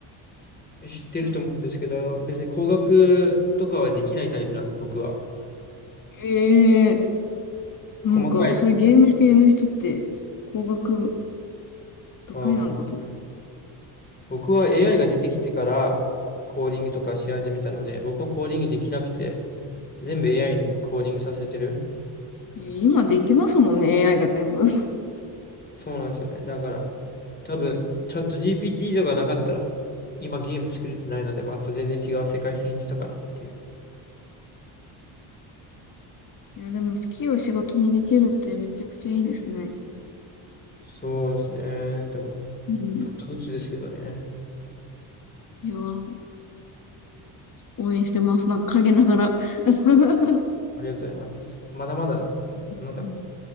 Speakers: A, on the left (about 20°); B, on the left (about 45°).
A: してると思うんですけど、
B: はい
A: 別に工学とかはできないタイプなんで、僕は。
B: ええなんか、
A: 細かい。
B: そういうゲーム系の人って、工学部得意なのかと思って。
A: あー僕は AI が出てきてからコーディングとかし始めたので、僕はコーディングできなくて、全部 AI にコーディングさせてる。
B: いや、今できますもんね、AI が全部。
A: そうなんですよね。だから、多分、
B: <laughs>
A: チャット GPT 以上がなかったら、今ゲーム作れてないので、また全然違う世界線に行ってたかなっていう。
B: いや、でも好きを仕事にできるってめちゃくちゃいいですね。
A: そうですね。でも、
B: うん。
A: ちょっとずつですけどね。
B: いやー、応援してます。なんか陰ながら。<laughs>
A: ありがとうございます。まだまだ、なんだ、
B: うんうん。